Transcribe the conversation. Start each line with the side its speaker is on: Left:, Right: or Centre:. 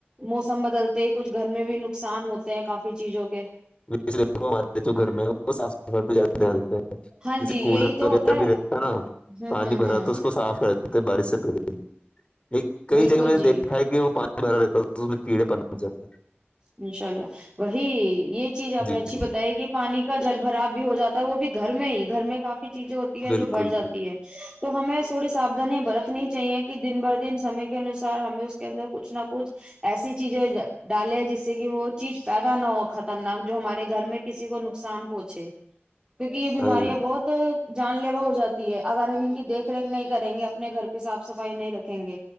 Right: موسم بدلتے ہی کچھ گھر میں بھی نقصان ہوتا کافی چیزوں کے <unintelligible>
Left: <unintelligible> س ب دانتے <unintelligible>
Right: ہاں
Left: جیسے
Right: جی یہی
Left: کولر
Right: تو
Left: وغیرہ
Right: ہوتا
Left: بھی رتا ہے نا
Right: ہ
Left: پانی
Right: ہ
Left: بھرا
Right: ہ
Left: تو اس کو صاف کر بارش سے پیدے <unintelligible> ایک کئی
Right: بالکل
Left: جگہ میں نے
Right: جی
Left: دیکھا ہے کہ وہ پانی بھرا دیتا تھا میں کیڑے پر جافھر <unintelligible>
Right: انشاء اللہ وہی یہ چیز
Left: ہیں
Right: آپ
Left: جی
Right: نے اچھی
Left: جی
Right: بتائی ہے کہ پانی کا جل بھراب بھی ہو جاتا ہے وہ بھی گھر میں ہی گھر میں کافی چیزیں ہوتی ہے جو
Left: بالکل
Right: بڑھ جاتی ہے تو ہمیں تھوڑی ساھانیاں برتنی چاہیے کہ دن ب دن سمے کے انسار ہمیں اس کے اندر کچھ نہ کچھ ایسی چیزیں ڈالے جس سے کہ وہ چیز پیدا نہ ہو خطرناک جو ہمارے گھر میں کسی کو نقصان پہنچے کیونکہ یہ
Left: بالکل
Right: بیمارییا بہت جان لیوا ہو جاتی ہے اگر ہم ان کی دیکھ ریکھ نہیں کریں گے اپنے گھر کی صاف صفائی نہیں رکھیں گے